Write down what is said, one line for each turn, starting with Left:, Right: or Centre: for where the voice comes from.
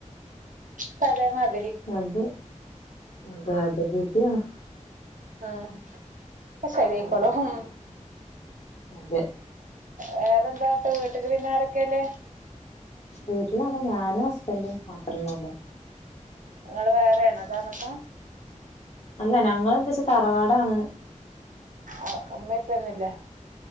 Right: പല മർ
Left: അതെ അതെയതെ വിധിയാണ്
Right: ആ ക്കെ ശരിയായിക്കോളും
Left: ഉം
Right: ഹും
Left: അതെ
Right: വേറെന്താട്ട് വീട്ടില് പിന്നാരൊക്കെല്ലെ
Left: വീട്ടിലാര ഞാനു ഹസ്ബന്റും മാതൃന്നന്നുള്ളൂ
Right: ങ്ങള് വേറെണോ താമസം
Left: അല്ല ഞങ്ങളെന്തച തറവാടാണ്
Right: അ ഉമ്മേം ഉപ്പേന്നൂല്ലേ